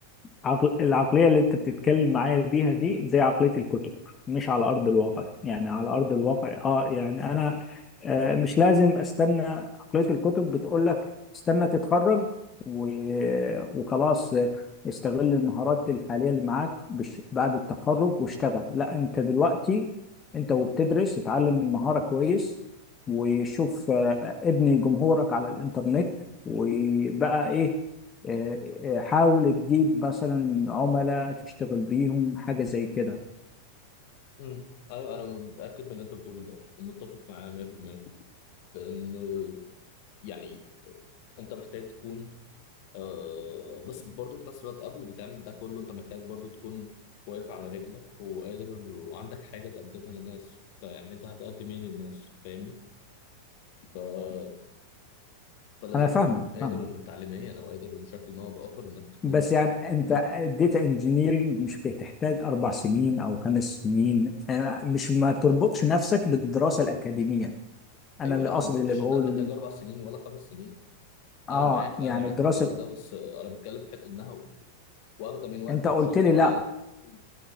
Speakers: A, on the left (about 20°); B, on the left (about 45°).
A: عقل- العقلية اللي انت بتتكلم معايا بيها دي زي عقلية الكتب مش على أرض الواقع يعني على أرض الواقع اه يعني أنا آه، مش لازم استنى عقلية الكتب بتقول لك استنى تتخرج و- وخلاص آه، استغل المهارات الحالية اللي معاك بش- بعد التخرج واشتغل لا انت دلوقتي انت وبتدرس اتعلم المهارة كويس وشوف آه، ابني جمهورك على الإنترنت وبقى ايه آه، آه، حاول تجيب مثلا عملاء تشتغل بيهم حاجة زي كده
B: مم. ايوه انا متاكد من اللي انت بتقوله ده ومتفق معاه 100% لانه يعني انت محتاج تكون آه بس برضه في نفس الوقت قبل ما تعمل ده كله انت محتاج برضه تكون واقف على رجلك وقادر وعندك حاجه تقدمها للناس انت يعني انت هتقدم ايه للناس فاهمني ف... فلازم
A: أنا فاهمك
B: تكون قادر
A: فاهمك
B: تعليميا او قادر بشكل ما او باخر انك تكون
A: بس يعني أنت
B: مم.
A: الداتا انجينيرنج مش بتحتاج أربع سنين أو خمس سنين أنا مش ما تربطش نفسك بالدراسة الأكاديمية أنا
B: ايوه
A: اللي
B: لا
A: قصدي
B: انا ما قلتش
A: اللي بقوله
B: انها بتحتاج
A: ليه
B: اربع سنين ولا خمس سنين
A: آه
B: انا معاك
A: يعني
B: انا معاك
A: الدراسة
B: في الكلام ده بس آه، انا بتكلم في حته انها واخده من وقتي
A: أنت قلت
B: مش اكتر
A: لي
B: ولا
A: لا
B: اقل مم.